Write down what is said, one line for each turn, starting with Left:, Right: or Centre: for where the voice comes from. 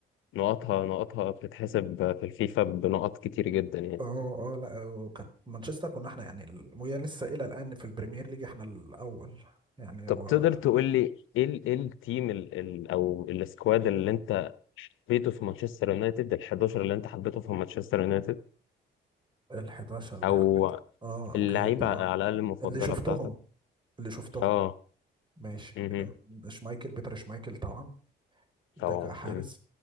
Left: نقطها نقطها بتتحسب في الفيفا بنقط كتير جدا يعني
Right: اه اه لا وكانت مانشستر كنا احنا يعني ال- وهي لسه الى الان في البريمير ليج احنا الاول يعني هو
Left: طب تقدر تقول لي ايه ال- إيه التيم ال ال او السكواد اللي انت حبيته في مانشستر يونايتد ال 11 اللي انت حبيته في مانشستر يونايتد
Right: ال 11 اللي
Left: او
Right: حبيته اه اوكي
Left: اللعيبه
Right: طبعا
Left: على الاقل المفضله
Right: اللي شفتهم
Left: بتاعتك
Right: اللي شفتهم
Left: اه
Right: ماشي
Left: مهم.
Right: أم، شمايكل بيتر شمايكل طبعا ده
Left: طبعا
Right: كحارس
Left: مم.